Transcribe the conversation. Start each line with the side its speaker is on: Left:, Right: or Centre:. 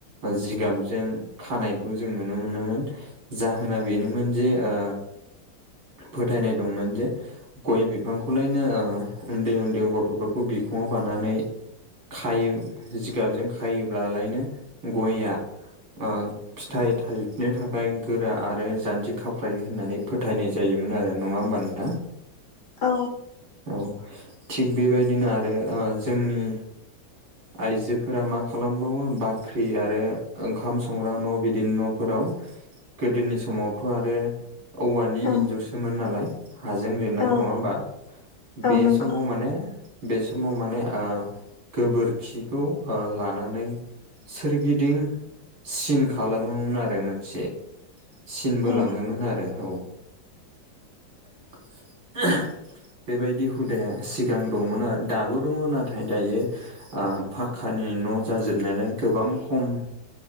Right: जिगाबजों खानायखौ जों नुनो मोनोमोन। जाहोना बेनोमोन जे ओ फोथायनाय दंमोन जे गय बिफांखौलायनो ओ उन्दै उन्दै गथ'फोरखौ बिखुङाव बानानै खायो जिगाबजों खायोब्लालायनो गयआ ओ फिथाइ थाइनो थाखाय गोरा आरो जान्जि खाफ्रायो होननानै फोथायनाय जायोमोन आरो। नङा होमबा नोंथां?
Left: औ।
Right: औ थिग बेबायदिनो आरो ओ जोंनि
Left: <inaudible>
Right: आइजोफोरा मा खालामबावो बाख्रि आरो ओंखाम संग्रा न' बिदिनो न'फोराव गोदोनि समावथ' आरो औवानि
Left: औ
Right: इन्जुरसोमोन नालाय हाजों लिरनाय
Left: औ
Right: नङा होमबा? बे
Left: औ नंगौ
Right: समाव माने बे समाव माने ओ गोबोरखिखौ ओ लानानै सोरगिदिं सिन खालामोमोन आरो मोनसे। सिन बोलाङोमोन
Left: औ
Right: आरो औ। <inaudible> बेबायदि हुदाया सिगां दंमोन आरो दाबो दङ नाथाय दायो पाक्कानि न' जाजोबनायलाय गोबां खम